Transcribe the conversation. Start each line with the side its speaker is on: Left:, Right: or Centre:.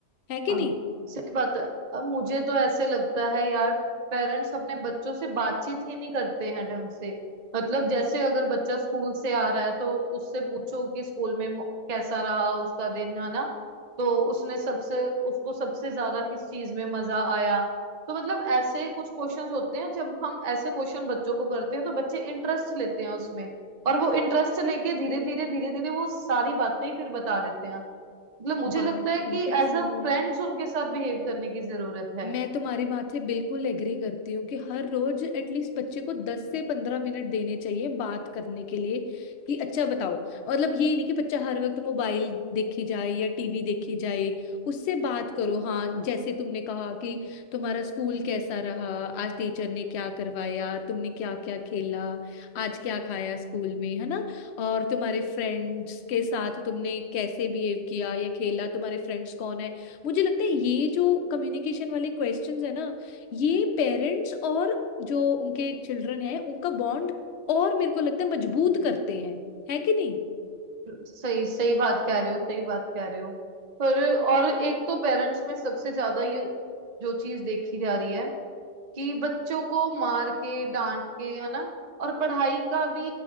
Left: है कि
Right: हाँ,
Left: नहीं
Right: सही बात है अब मुझे तो ऐसे लगता है यार पेरेंट्स अपने बच्चों से बातचीत ही नहीं करते हैं ढंग से मतलब जैसे अगर बच्चा स्कूल से आ रहा है तो उससे पूछो कि स्कूल में मो- कैसा रहा उसका दिन है ना तो उसने सबसे उसको सबसे ज्यादा किस चीज में मजा आया तो मतलब ऐसे कुछ क्वेश्चंस होते हैं जब हम ऐसे क्वेश्चन बच्चों को करते हैं तो बच्चे इंटरेस्ट लेते हैं उसमें और वो इंटरेस्ट लेके धीरे धीरे धीरे धीरे वो सारी बातें ही फिर बता देते हैं मतलब मुझे
Left: बात
Right: लगता है कि
Left: बिल्कुल
Right: एज
Left: सही
Right: अ
Left: है
Right: फ्रेंड्स उनके साथ बिहेव करने की जरूरत है
Left: मैं तुम्हारी बात से बिल्कुल एग्री करती हूँ कि हर रोज एटलीस्ट बच्चे को दस से पंद्रह मिनट देने चाहिए बात करने के लिए कि अच्छा बताओ मतलब ये नहीं कि बच्चा हर वक्त मोबाइल देखी जाए या टीवी देखी जाए उससे बात करो हाँ जैसे तुमने कहा कि तुम्हारा स्कूल कैसा रहा आज टीचर ने क्या करवाया तुमने क्या क्या खेला आज क्या खाया स्कूल में है ना और तुम्हारे फ्रेंड्स के साथ तुमने कैसे बिहेव किया या खेला तुम्हारे फ्रेंड्स कौन है मुझे लगता है ये जो कम्युनिकेशन वाले क्वेश्चंस है ना ये पेरेंट्स और जो उनके चिल्ड्रन है उनका बॉन्ड और मेरे को लगता है मजबूत करते हैं है कि नहीं
Right: सही सही बात कह रहे हो सही बात कह रहे हो पर और एक तो पेरेंट्स में सबसे ज्यादा ये जो चीज देखी जा रही है कि बच्चों को मार के डांट के है ना और पढ़ाई का भी